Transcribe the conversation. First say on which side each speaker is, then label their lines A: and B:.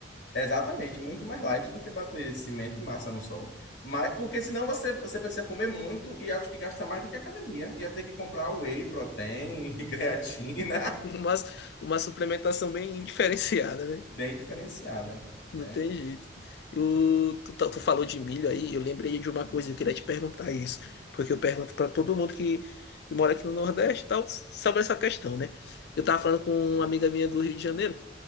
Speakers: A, on the left; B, on the left.
A: Exatamente, muito mais light do que bater cimento e massa no sol. Mas, porque senão você, você precisa comer muito e acho que gasta mais do que a academia. Ia ter que comprar whey protein, <laughs> creatina,
B: <laughs> mas uma suplementação bem diferenciada, né?
A: bem diferenciada, né?
B: Não tem jeito. O, tu, tá- tu falou de milho aí, eu lembrei de uma coisa, eu queria te perguntar isso, porque eu pergunto para todo mundo que, que mora aqui no Nordeste e tal, sobre essa questão, né? Eu tava falando com uma amiga minha do Rio de Janeiro.